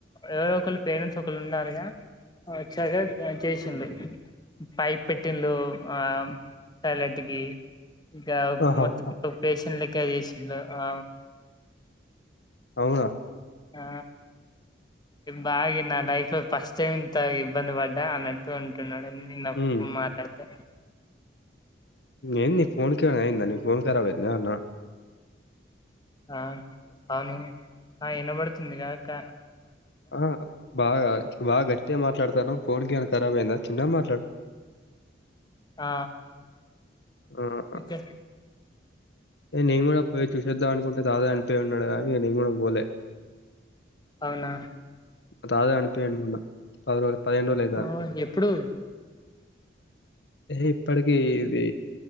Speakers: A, on the left; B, on the left.
A: ఎవరో ఒకళ్ళ పేరు ప్రెండ్స్ ఒకళ్ళు ఉన్నారుగా వచ్చాగా చేసింది పైప్ పెట్టిందో ఆ టాయిలెట్ కి ఇక
B: ఆహా
A: మొత్తం పేషంట్ లెక్క చేసింలో ఆ
B: అవునా
A: ఆ బాగా నా లైఫ్ లో ఫస్ట్ టైం ఇటా ఇబ్బంది పడ్డా అన్నట్టు ఉంటున్నాడు నిన్న
B: హ్మ్.
A: మాట్లాడితే
B: ఏన్ని ఫోన్ కెమన్నా అయిందా ని ఫోన్ కరాబ్ అయిందా అన్నా
A: ఆ అవును ఆ వినబడుతుందిగా క
B: ఆ బాగా బాగాచ్చ గట్టిగా మాట్లాడతాను ఫోన్ కెమన్నా కరాబ్ అయిందా చిన్నగా మాట్లాడు
A: ఆ
B: ఆ! ఆ!
A: ఇకా
B: ఏ నేను కూడా పోయి చూసొద్దాం అనుకుంటే తాతా చనిపోయి ఉన్నాడుగా అనీ నేను కూడా పోలే
A: అవునా
B: తాతా చనిపోయిండు మొన్న పది రోజులు రోజులు అయితాంది.
A: ఆఓ ఎప్పుడు
B: ఏ ఇప్పటికిీ ఇది